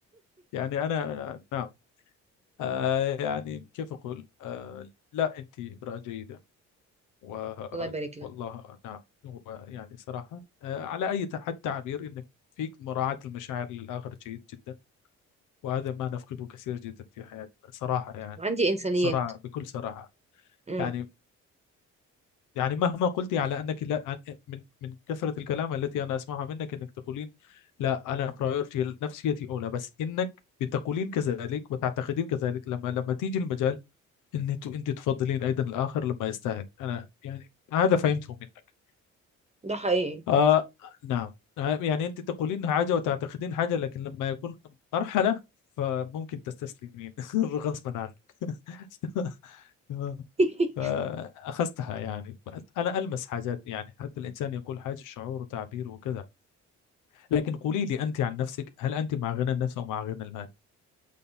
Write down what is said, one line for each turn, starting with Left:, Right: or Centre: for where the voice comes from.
Left: يعني أنا نعم آه يعني كيف أقول آه لا أنت امرأة جيدة و
Right: الله يبارك لك
Left: والله نعم هو يعني صراحة آه على أي حد تعبير إنك فيك مراعاة المشاعر للآخر جيد جدا وهذا ما نفقده كثير جدا في حياتنا صراحة يعني
Right: عندي انسانيات
Left: صراحة بكل صراحة
Right: امم
Left: يعني يعني مهما قلتي على أنك لا عن- من من كثرة الكلام التي أنا أسمعها منك إنك تقولين لا أنا برايورتي نفسيتي أولى بس إنك بتقولين كذلك وتعتقدين كذلك لما لما تيجي المجال ان انتوا انت تفضلين ايضا الاخر لما يستاهل انا يعني هذا فهمته منك
Right: ده حقيقي
Left: آه نعم آه، يعني انت تقولين حاجه وتعتقدين حاجه لكن لما يكون مرحله فممكن تستسلمين <laughs> غصبا عنك <laughs> تمام
Right: <laughs>
Left: فاخذتها يعني انا المس حاجات يعني حتى الانسان يقول حاجه شعور وتعبير وكذا لكن قولي لي انت عن نفسك هل انت مع غنى النفس او مع غنى المال